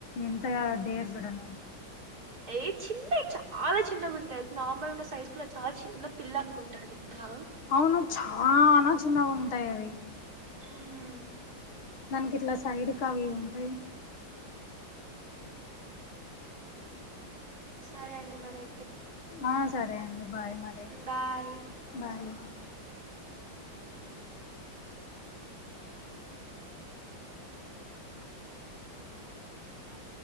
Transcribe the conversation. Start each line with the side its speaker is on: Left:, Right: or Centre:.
Left: ఎంతగానో డేర్ చూడండీ
Right: ఏయ్ చిన్నవి చాలా చిన్నగా ఉంది తెల్సా నార్మల్గా ఉన్న సైజ్ స్కూల్ చాలా చిన్న పిల్ల అనుకుంటారు ఇంకా
Left: అవును చానా చిన్నగుంటాయి అవి
Right: హ్మ్
Left: దననికి ఇట్లా సైడ్ ఎంట్రీ.
Right: ఉ సరే అండి మరి.
Left: ఆ సరే అండి బాయ్ మరి
Right: బాయ్
Left: బాయ్.
Right: అ